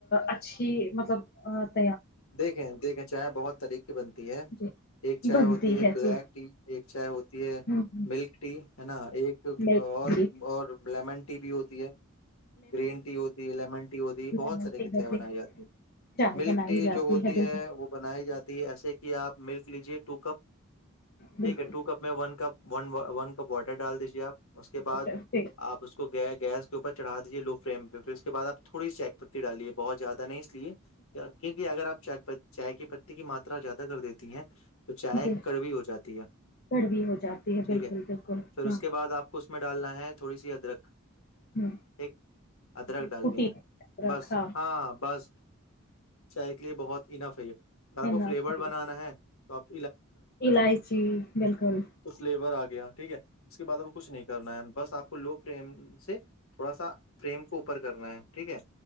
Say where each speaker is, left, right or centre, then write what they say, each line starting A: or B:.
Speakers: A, on the left; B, on the left.
A: اچھی مطلب ااں <unintelligible>
B: دیکھیں دیکھیں چائے بہت طریقے بنتی ہے
A: جی
B: ایک چائے
A: بنتی
B: ہوتی ہے بلیک
A: جی
B: ٹی ایک چائے ہوتی ہے
A: ہوں ہوں
B: ملک ٹی ہے نا ایک
A: ملک
B: اور
A: ٹی
B: اور لیمن ٹی بھی ہوتی ہے گرین ٹی ہوتی لیمن ہوتی
A: لیمن
B: بہت سارے
A: ٹی
B: کی
A: کہتے
B: چائے بنائی
A: ہیں
B: جاتی ہے
A: چائے
B: ملک
A: بنائی
B: ٹی
A: جاتی
B: جو ہوتی
A: بالکل
B: ہے وہ بنائی جاتی ہے ایسے کہ آپ ملک لیجے ٹو کپ
A: بالکل
B: ٹھیک ہے ٹو کپ میں one cup one one water ڈال دیجیے آپ اس
A: واٹر
B: کے بعد
A: سے
B: آپ اس کو گی گس کے اوپر چڑا جوگ فریم پہ پھر اس کے بع آپ تھوڑی چیک کر ک ڈالیے بہت زیادہ نہیں کیونکہ اگر آپ چ چائے کی پتی کی ماترا زیادہ کر دیتی ہیں تو چائے
A: جی
B: کڑوی ہو جاتی ہے
A: کڑوی ہو جاتی
B: ٹھیک
A: بالکل
B: ہے
A: بالکل
B: پھر
A: ہاں
B: اس کے بعد آپ اس میں ڈالنا ہے تھوڑی سی ادرک
A: ہ
B: ایک ادرک
A: جی
B: ڈالنی
A: کٹی
B: ہے بس
A: رکھا
B: ہاں بس چائے کے لیے بہت انناف ہے ہے سذر آپ
A: ہے
B: کو
A: نا
B: فلیور
A: صحیح
B: بنانا ہے ب
A: الائچی بالکل
B: ف ہے گیا ٹھیک ہے اس کے بعد ا کو کچھ نہیں کرنا ہے بس آپ لو فریم سے تھوڑا سا پرریم کو اوپر کرنا ہے ٹھیک ہے